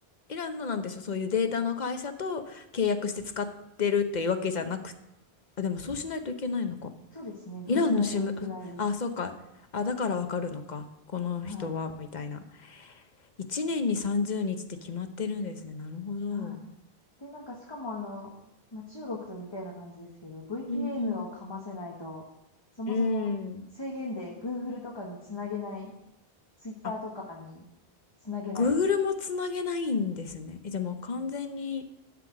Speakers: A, on the left; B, on the left.
A: イランのなんでしょう、そういうデータの会社と契約して使ってるっていうわけじゃなく、あ、でもそうしないといけないのか。
B: そうですね。
A: イランのシム、
B: そうしないといけないです。
A: あ、そうか。あ、だからわかるのか。この人は、
B: はい。
A: みたいな。1年に30日って決まってるんですね。なるほど。
B: はい。で、なんかしかもあの、まあ、中国と似たような感じですけど、VPN
A: うんうん。
B: をかませないと、そもそも制限で
A: うん。
B: Google とかにつなげない、Twitter
A: あ、
B: とかにつなげない。
A: Google もつなげないんですね。え、じゃあもう完全に